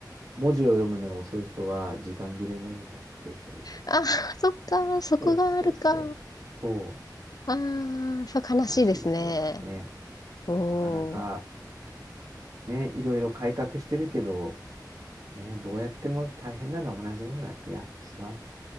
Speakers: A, on the right; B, on the left.
A: う、文字を読むのが遅い人は時間切れになるんだって、それで。
B: あー、そっか、そこがあるか。
A: そうそうそう。そ
B: ああ、そう悲しいですね。
A: う、らしいですよ。ね。
B: うん。
A: なかなか、ね、いろいろ改革してるけど、ね、どうやっても大変なのは同じような気がします。